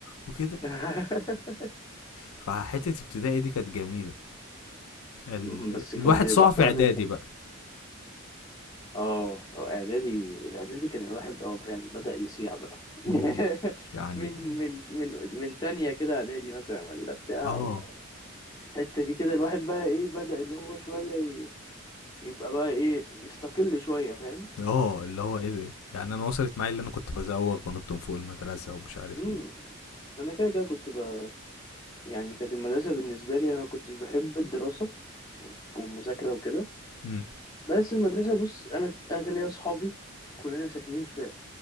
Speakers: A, on the left; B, on the left.
A: وكده
B: <laughs>
A: فحتة ابتدائي دي كانت جميلة ال...
B: مم، بس كان
A: الواحد
B: بيبقى
A: صاع في
B: حوار
A: اعدادي
B: رخم
A: بقى
B: اه اعدادي اعدادي كان الواحد اه فعلا بدأ يصيع بقى
A: مم.
B: <laughs>
A: يعني
B: من من من من تانية كده اعدادي مثلا ولا بتاع
A: اه
B: ولا الحتة دي كده الواحد بقى ايه بدأ اللي هو شوية ي- يبقى بقى ايه يستقل شوية فاهم
A: اه اللي هو ايه ده يعني انا وصلت معايا اللي انا كنت بزوغ ونط من فوق المدرسة ومش عارف
B: امم
A: ايه
B: انا كده كده كنت ب... يعني كانت المدرسه بالنسبه لي انا ما كنتش بحب الدراسه والمذاكره وكده
A: امم
B: بس المدرسه بص انا انا كان ليا اصحابي كلنا ساكنين في